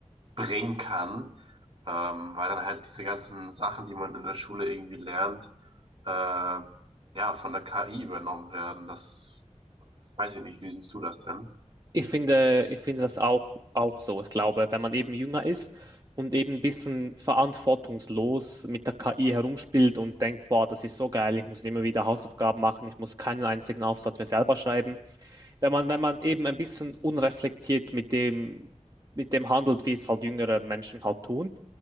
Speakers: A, on the right; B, on the right.
A: bringen kann, ähm, weil dann halt diese ganzen Sachen, die man in der Schule irgendwie lernt, äh, ja, von der KI übernommen werden. Das weiß ich nicht. Wie siehst du das denn?
B: Ich finde, ich finde das auch, auch so. Ich glaube, wenn man eben jünger ist und eben ein bisschen verantwortungslos mit der KI herumspielt und denkt, boah, das ist so geil, ich muss immer wieder Hausaufgaben machen, ich muss keinen einzigen Aufsatz mehr selber schreiben, wenn man, wenn man eben ein bisschen unreflektiert mit dem, mit dem handelt, wie es halt jüngere Menschen halt tun,